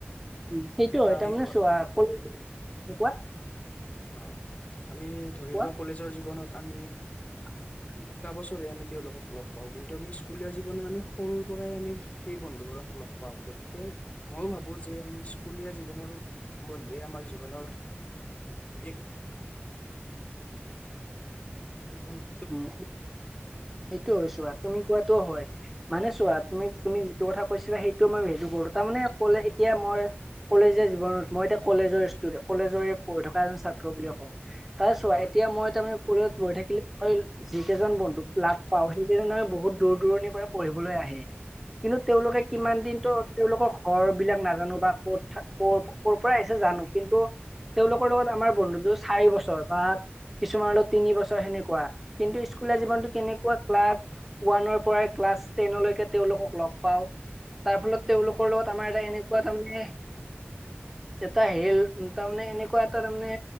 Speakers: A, in the centre; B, on the left (about 35°).
A: উম, সেইটো
B: এটা
A: হয় তাৰমানে
B: শেহত
A: চোৱা ক কোৱা?
B: অঁ, আমি ধৰি
A: কোৱা
B: লোৱা কলেজৰ জীৱনত আমি-
A: <inaudible>
B: দুটা বছৰে আমি তেওঁওলোকক লগ পাওঁ কিন্তু আমি স্কুলীয়া জীৱনত আমি সৰুৰ পৰাই আমি- সেই বন্ধুবোৰক লগ পাওঁ। গতিকে- মইয়ো ভাবো যে আমি স্কুলীয়া জীৱনৰ বন্ধুৱে আমাৰ জীৱনৰ- এক- গু-
A: উম, সেইটোও হয়, চোৱা তুমি কোৱাতটোও হয়। মানে চোৱা তুমি তুমি যিটো কথা কৈছিলা সেইটো মই হেৰি কৰো তাৰমানে ক'লে এতিয়া মই- কলেজীয়া জীৱনত মই এতিয়া কলেজৰ ষ্টুেট কলেজৰে পঢ়ি থকা এজন ছাত্ৰ বুলিয়ে কওঁ। তাৰ চোৱা
B: হয়
A: এতিয়া মই তাৰমানে কলেজত গৈ থাকিলে- হয় যি কেইজন বন্ধুক লাভ পাওঁ সেই কেইজন মানে বহুত দূৰ দূৰণিৰ পঢ়িবলৈ আহে। কিন্তু
B: হয়
A: তেওঁলোকে- কিমান দিনতো তেওঁলোকৰ ঘৰ বিলাক নাজানো বা ক'ত ক' ক'ৰ পৰা আহিছে জানো কিন্তু- তেওঁলোকৰ লগত আমাৰ বন্ধুতো চাৰি বছৰ বা কিছুমানৰ লগত তিনি বছৰ সেনে- কোৱা, কিন্তু স্কুলৰ
B: হয়
A: জীৱনতটো কেনেকুৱা? ক্লাছ ওৱানৰ পৰাই ক্লাছ টেনলৈকে তেওঁলোকক লগ- পাওঁ। তাৰ ফলত
B: হয়
A: তেওঁলোকৰ লগত আমাৰ এটা এনেকুৱা তাৰ মানে- এটা হেল তাতমানে এনেকুৱা এটা তাৰ মানে